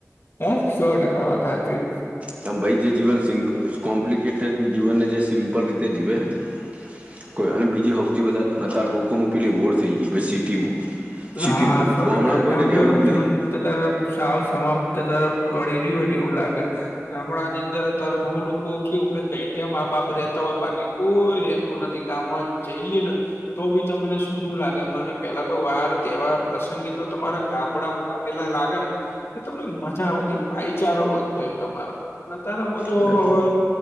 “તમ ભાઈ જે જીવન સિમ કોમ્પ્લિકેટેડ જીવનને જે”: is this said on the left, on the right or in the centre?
Right